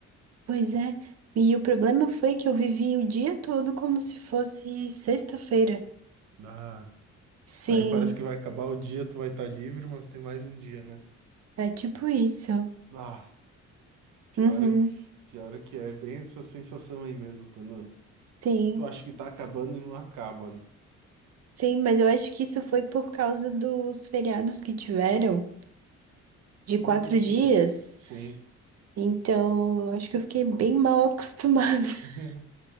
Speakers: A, on the right; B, on the right.
A: pois é. E o problema foi que eu vivi o dia todo como se fosse sexta-feira.
B: Ah,
A: Sim,
B: aí parece que vai acabar o dia, tu vai estar livre, mas tem mais um dia, né?
A: é tipo isso.
B: Ah, pior
A: Uhum,
B: é que, pior é que é bem essa sensação aí mesmo, quando
A: sim,
B: tu acha que tá acabando e não acaba, né?
A: sim, mas eu acho que isso foi por causa dos feriados que tiveram, de
B: Hum,
A: quatro dias.
B: sim.
A: Então, eu acho que eu fiquei bem mal acostumada. <laughs>
B: <laughs>